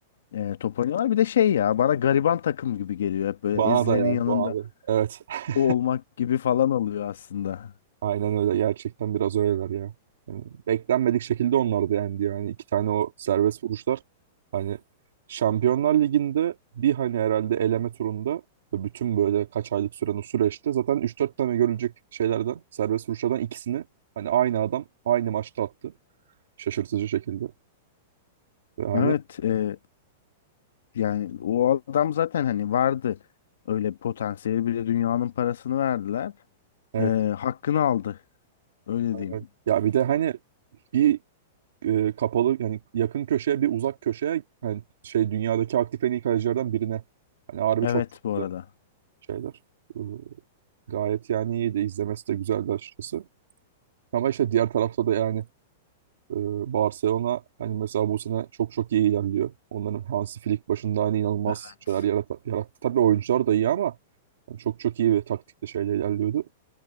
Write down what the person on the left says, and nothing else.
e, top oynuyorlar. Bir de şey ya bana gariban takım gibi geliyor. Hep böyle
ezilenin
yanında
o olmak gibi falan oluyor aslında.
Evet e, yani o adam zaten hani vardı öyle bir potansiyeli bir de dünyanın parasını verdiler.
E, hakkını aldı öyle
diyeyim.
Evet
bu
arada.
Evet.